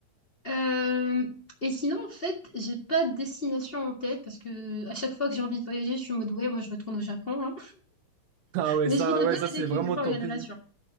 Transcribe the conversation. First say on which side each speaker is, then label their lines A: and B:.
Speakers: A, on the left (about 25°); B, on the right (about 80°).
A: Euh, Et sinon, en fait, j'ai pas de destination en tête parce que à chaque fois que j'ai envie de voyager, je suis en mode ouais, moi je retourne au Japon, hein.
B: Ah ouais,
A: Mais
B: ça,
A: je voudrais
B: ouais,
A: bien
B: ça c'est
A: aller quelque
B: vraiment
A: part
B: ton
A: où il y a
B: pays.
A: la nature.